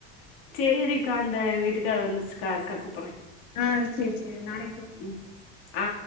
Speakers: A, on the left; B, on the left.
A: சேரிக்கா அந்த வீட்டுக்கார் வந்துருச்சுக்கா இருக்கா கூப்புறே
B: ஆ சேரி செரி நாளைக்
A: ம் ஆ